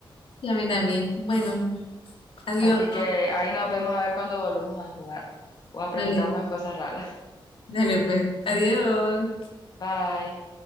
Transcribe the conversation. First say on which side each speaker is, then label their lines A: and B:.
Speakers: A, on the left; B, on the left.
A: Y a mí también. Bueno, adiós.
B: Así que ahí nos vemos a ver cuando volvemos a jugar o a preguntarnos
A: Dale,
B: cosas raras.
A: dale pues. Adiós.
B: Bye.